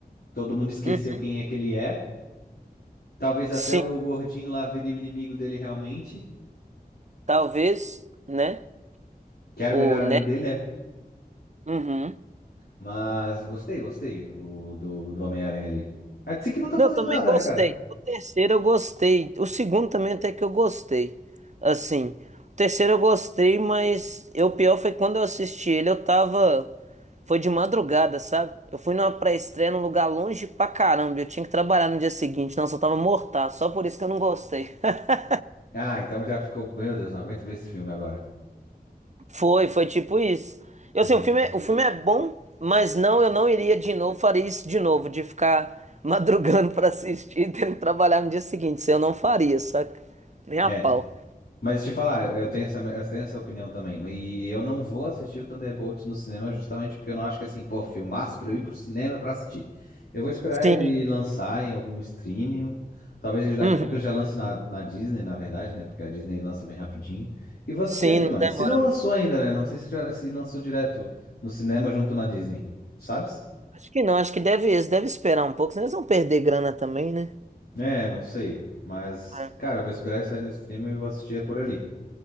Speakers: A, on the left (about 75°); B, on the right (about 45°).
A: Todo mundo esqueceu
B: Uhum.
A: quem é que ele é. Talvez até
B: Sim,
A: o gordinho lá vire o inimigo dele realmente.
B: talvez, né?
A: que era
B: O,
A: o melhor amigo
B: né?
A: dele, né?
B: Uhum.
A: Mas gostei, gostei o, do, do Homem-Aranha ali. A DC que não tá
B: Não,
A: fazendo
B: eu também
A: nada,
B: gostei.
A: né, cara?
B: O terceiro eu gostei. O segundo também até que eu gostei. Assim, o terceiro eu gostei, mas eu, o pior foi quando eu assisti ele, eu tava. Foi de madrugada, sabe? Eu fui numa pré-estreia num lugar longe pra caramba. Eu tinha que trabalhar no dia seguinte. Não, eu só tava mortal. Só por isso que eu não gostei. <laughs>
A: Ah, então já ficou. Meu Deus, não aguento ver esse filme agora.
B: Foi, foi tipo isso. Eu
A: Uhum.
B: sei, o filme, é- o filme é bom, mas não, eu não iria de novo, faria isso de novo, de ficar madrugando <laughs> pra assistir e tendo que trabalhar no dia seguinte. Isso eu não faria, saca? Nem a
A: É.
B: pau.
A: Mas te falar, eu tenho essa, eu tenho essa opinião também. E eu não vou assistir o Thunderbolts no cinema justamente porque eu não acho que assim, pô, filmaço pra eu ir pro cinema pra assistir. Eu vou esperar
B: Sim.
A: ele lançar em algum streaming. Talvez ele- daqui
B: Uhum.
A: a pouco ele já lance na, na Disney, na verdade, né? Porque a Disney lança bem rapidinho. E vou assistir
B: Sim,
A: ali, mano.
B: não demora
A: Se não lançou
B: muito.
A: ainda, né? Não sei se já se lançou direto no cinema junto na Disney. Sabes?
B: Acho que não, acho que deve, eles devem esperar um pouco, senão eles vão perder grana também, né?
A: É, não sei. Mas,
B: É.
A: cara, eu vou esperar isso aí no streaming e vou assistir é por ali.